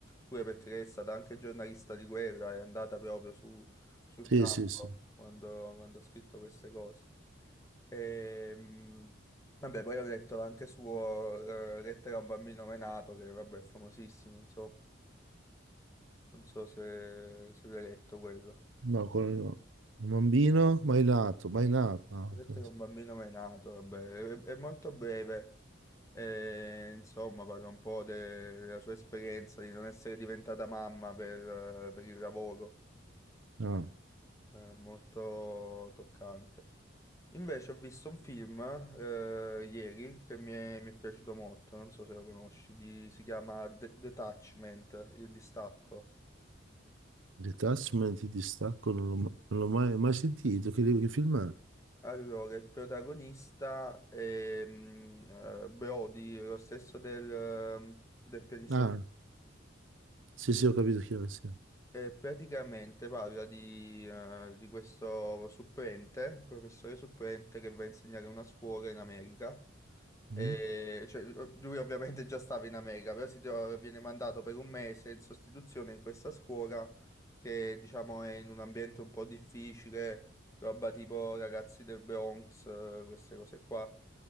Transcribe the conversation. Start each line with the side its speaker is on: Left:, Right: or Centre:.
Left: pure perché è stata anche giornalista di guerra, è andata proprio su- sul
Right: Sì,
Left: campo
Right: sì, sì.
Left: quando, quando ha scritto queste cose. Ehm, vabbè, poi ho letto anche suo eh, Lettera a un bambino menato, che vabbè, è famosissimo, insomma, non so se, se l'hai letto quello.
Right: No, quello no. Un bambino mai nato, mai nato. Ah,
Left: Vedete
Right: ok.
Left: che un bambino mai nato, vabbè, è, è molto breve. E, insomma, parla un po' de- della sua esperienza di non essere diventata mamma per, per il lavoro.
Right: Ah,
Left: È molto toccante. Invece ho visto un film eh, ieri che mi è, mi è piaciuto molto, non so se lo conosci, di- si chiama De- Detachment, il distacco.
Right: detachment, il distacco, non l'ho ma- non l'ho mai, mai sentito. Che, che film è?
Left: Allora, il protagonista è mm, eh, Brody, lo stesso del, ehm, del pianista.
Right: Ah, sì, sì, ho capito chi è. Sì.
Left: E praticamente parla di, eh, di questo supplente, professore supplente che va a insegnare a una scuola in America.
Right: Mm?
Left: E, cioè, lui ovviamente già stava in America, però si trova- viene mandato per un mese in sostituzione in questa scuola che diciamo è in un ambiente un po' difficile, roba tipo ragazzi del Bronx, eh, queste cose qua.